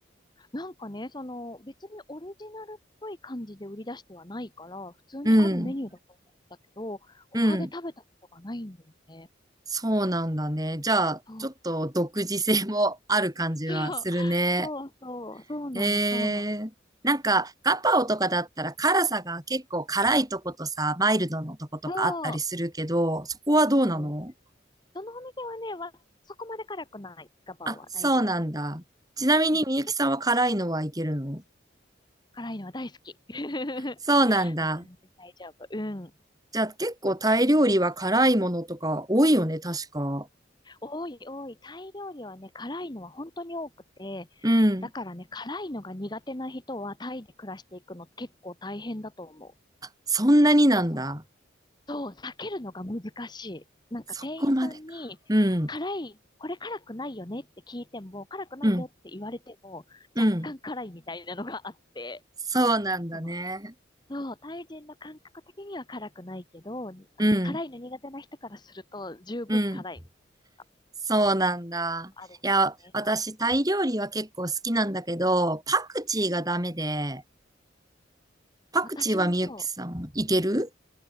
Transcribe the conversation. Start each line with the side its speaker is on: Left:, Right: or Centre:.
Left: なんかね、その、別にオリジナルっぽい感じで売り出してはないから、普通にあるメニューだと思ったけど、
Right: うん。
Left: 他で食べたことがないんだよね。
Right: うん。そうなんだね。じゃあ、
Left: そう、
Right: ちょっと独自性もある感じはするね。
Left: そう、そう、そう、そうなの、
Right: えー、
Left: そうなの。
Right: なんか、ガパオとかだったら辛さが結構辛いとことさ、マイルドのとことかあったりするけど、
Left: そう、
Right: そこはどうなの
Left: あるある。どのお店はね、わ、そこまで辛くない。ガパオは大丈夫。
Right: あ、そうなんだ。ちなみにみゆきさんは辛いのはいけるの
Left: うん。結構辛いのは大好き。<laughs> 全然
Right: そうなんだ。
Left: 大丈夫。うん。
Right: じゃあ結構タイ料理は辛いものとか多いよね、確か。
Left: 多い多い。タイ料理はね、辛いのは本当に多くて、
Right: うん。
Left: だからね、辛いのが苦手な人はタイで暮らしていくの結構大変だと思う。
Right: そんなになんだ。
Left: そう、そう避けるのが難しい。なんか店員さんに、
Right: そこまでか。うん。
Left: 辛い、これ辛くないよねって聞いても、辛くないよって言われても、
Right: うん。うん。
Left: 若干辛いみたいなのがあって、
Right: そうなんだね。
Left: その、そう、タイ人の感覚的には辛くないけど、あの、
Right: うん、
Left: 辛いの苦手な人からすると十分辛いみたいなのが
Right: うん。そうなんだ。
Left: あるんだよね。
Right: いや、私、
Left: そうそ
Right: タイ料理は結構好きなんだけど、パクチーがダメで、
Left: う。うん。
Right: パクチーはみゆきさん、
Left: 私もそ
Right: いける